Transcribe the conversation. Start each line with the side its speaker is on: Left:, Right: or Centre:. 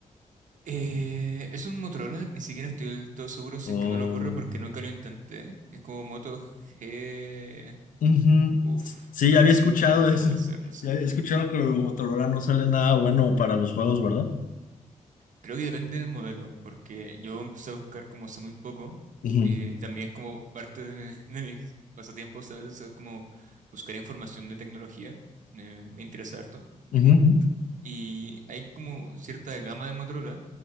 Right: Eh, es un Motorola, ni siquiera estoy del todo seguro si
Left: Oh,
Right: es que no lo corre porque nunca lo intenté. Es como Moto G...
Left: ujú.
Right: Uf,
Left: Sí,
Right: Moto
Left: ya
Right: G50
Left: había escuchado eso.
Right: puede
Left: <laughs>
Right: ser, no sé.
Left: Ya había escuchado que Motorola no sale nada bueno para los juegos, ¿verdad?
Right: Creo que depende del modelo, porque yo empecé a buscar como hace muy poco,
Left: Ujú,
Right: y también es como parte de, mi- <laughs> de mis pasatiempos a veces es como buscar información de tecnología, eh, me interesa harto,
Left: ujú, ujú.
Right: y hay como cierta gama de Motorola,